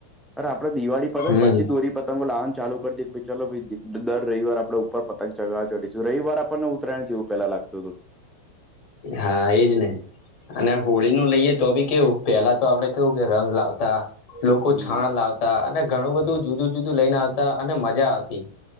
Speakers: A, in the centre; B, on the left.
A: પર આપડે દિવાળી પતેને
B: હમ
A: પછી દોરી. પતંગો લહાન ચાલુ કરી દે, ચલો ભાઈ દ દર રવિવાર આપડે ઉપર પતંગ ચગવા ચઢીશું રવિવાર આપણને ઉતરાયણ થયું. પેલા લાગતું હતું.
B: હા એજ ને. અને હોળી નું લઈએ તો બી કેવું, પેલા તો આપડે કેવું કે રંગ લાવતા. લોકો
A: હમ
B: છાણ લાવતા, અને ઘણું બધું જુદું જુદું લઈને આવતા, અને મજા આવતી.